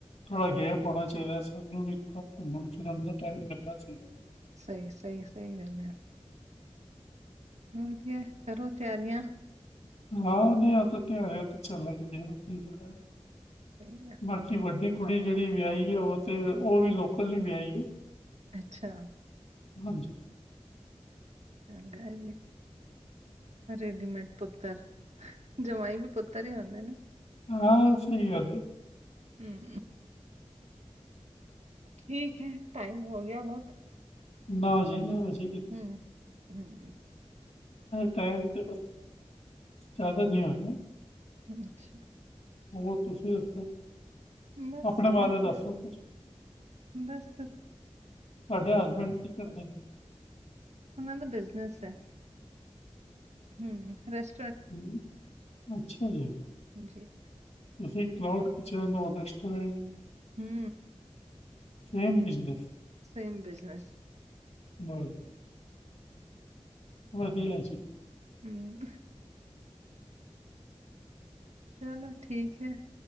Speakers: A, on the left; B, on the right.
A: ਥੋੜ੍ਹਾ ਗੈਪ ਪਾਉਣਾ ਚਾਹੀਦਾ ਸਾਨੂੰ ਵੀ ਥੋੜਾ ਘੁੰਮਣ -ਫਿਰਨ ਦਾ ਟੈਮ ਮਿਲਣਾ ਚਾਹੀਦਾ।
B: ਸਹੀ-ਸਹੀ-ਸਹੀ ਗੱਲ ਹੈ। ਵਧੀਆ, ਕਰੋ ਤਿਆਰੀਆਂ।
A: ਹੈ। ਹਾਂ। ਨਹੀਂ ਆ, ਤਾਂ ਤਿਆਰੀ ਤੇ ਚੱਲ ਰਹੀ ਹੈ ਆਪਣੀ ਜਗ੍ਹਾ
B: ਸਹੀ ਹੈ।
A: ਬਾਕੀ ਵੱਡੀ ਕੁੜੀ ਜਿਹੜੀ ਵਿਆਹੀ ਹੈ ਉਹ ਤੇ ਉਹ ਵੀ ਲੋਕਲ ਹੀ ਵਿਆਹੀ ਹੈ।
B: ਅੱਛਾ।
A: ਹਾਂਜੀ।
B: ਚੰਗਾ ਹੈ ਜੀ। ਰੇਡੀਮੇਡ ਪੁੱਤਰ। ਜਵਾਈ ਵੀ ਪੁੱਤਰ ਹੀ ਹੁੰਦੇ ਨੇ।
A: ਹਾਂ ਸਹੀ ਗੱਲ ਹੈ
B: ਹੁ- ਠੀਕ ਹੈ ਟਾਈਮ ਹੋ ਗਿਆ ਬਹੁਤ।
A: ਨਾਜੀ-ਨਾਜੀ।
B: ਹੂ, ਹਾਂਜੀ।
A: ਟਾਈਮ ਤਾਂ ਬਸ ਜ਼ਿਆਦਾ ਨਹੀਂ ਹੋਣਾ।
B: ਅੱਛਾ।
A: ਉਹ ਤੁਸੀਂ ਦਸੋ।
B: ਬਸ
A: ਆਪਣੇ
B: ਠੀਕ
A: ਬਾਰੇ ਦੱਸੋ
B: ਹੈ
A: ਕੁਛ?
B: ਬਸ
A: ਤੋਹਾਡੇ ਹਸਬੈਂਡ ਕੀ ਕਰਦੇ ਨੇ?
B: ਉਹਨਾਂ ਦਾ ਬਿਜਨਸ ਹੈ। ਹੂ, ਰੈਸ
A: ਹੂੰ, ਅੱਛਾ, ਜੀ।
B: ਠੀਕ ਹੈ।
A: ਤੁਸੀ, ਚਲੋ ਬੱਚਿਆਂ ਦਾ ਰਸਟੋਰੈਂਟ।
B: ਹੂੰ
A: ਸੇਮ ਬਿਜਨਸ
B: ਸੇਮ ਬਿਜਨਸ
A: <unintelligible> ਵਧੀਆ ਜੀ।
B: ਹੂੰ, ਚਲੋ ਠੀਕ ਐ